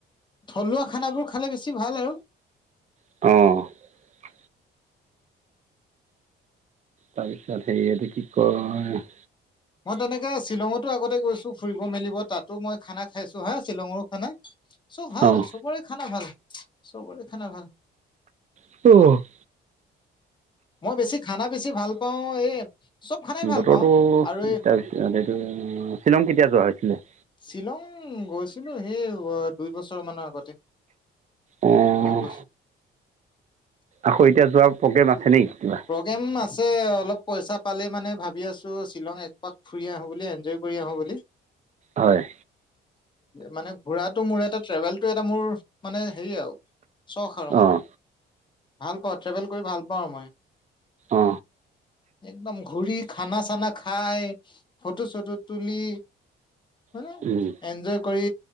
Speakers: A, on the left; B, on the right.
A: থলুৱা খানাবোৰ খালে বেছি ভাল আৰু
B: অ' তাৰপিছত হেৰি এইটো কি কয়
A: মই তেনেকে শ্বিলঙতো আগতে গৈছোঁ ফুৰিব মেলিব তাতো মই খানা খাইছো হা শ্বিলঙৰো খানা। চব ভাল
B: অঁ
A: চবৰে খানা ভাল চবৰে খানা ভাল।
B: <inaudible>
A: মই বেছি খানা বেছি ভাল পাওঁ এই চব খানাই ভাল
B: বতৰটো,
A: পাওঁ আৰু এই
B: এইটো, শ্বিলং কেতিয়া যোৱা হৈছিলে?
A: শ্বিলং গৈছিলো সেই, দুই বছৰ মানৰ আগতে।
B: অ'।
A: বহুত গৈছ
B: আকৌ এতিয়া যোৱাৰ, প্ৰগ্ৰেম আছে নেকি কিবা?
A: প্ৰগ্ৰেম আছে, অলপ পইচা পালেই মানে ভাবি আছোঁ শ্বিলং একপাক ফুৰি আহোঁ বুলি এনজয় কৰি আহোঁ বুলি। <unintelligible>
B: হয়,
A: মানে ঘুৰাটো মোৰ এটা ট্ৰেভেলটো এটা মোৰ, মানে হেৰি আৰু, চখ আৰু মানে।
B: অঁ
A: ভাল পাওঁ ট্ৰেভেল কৰি ভাল পাওঁ মই।
B: অঁ
A: একদম ঘূৰি খানা চানা খাই, ফটো চটো তুলি হয় নে,
B: অঁ
A: এনজয় কৰি